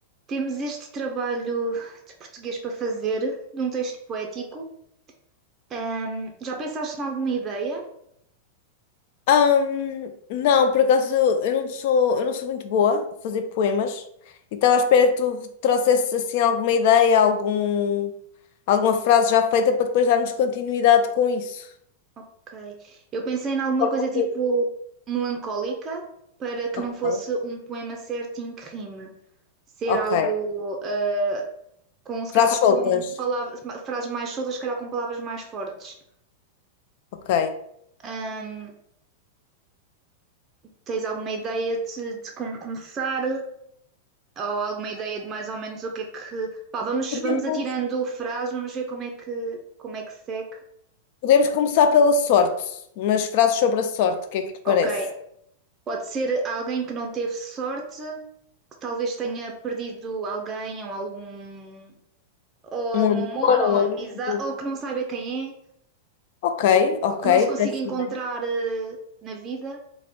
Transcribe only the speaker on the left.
Ahm, não, por acaso eu não sou, eu não sou muito boa a fazer poemas e estava à espera que tu trouxesses assim alguma ideia, algum, alguma frase já feita para depois darmos continuidade com isso.
Alguma
coisa.
Ok.
Ok.
Frases
soltas.
Ok.
Podemos,
podemos começar pela sorte, umas frases sobre a sorte, o que é que te parece?
Um
amor,
um amigo.
Ok, ok,
parece
bem.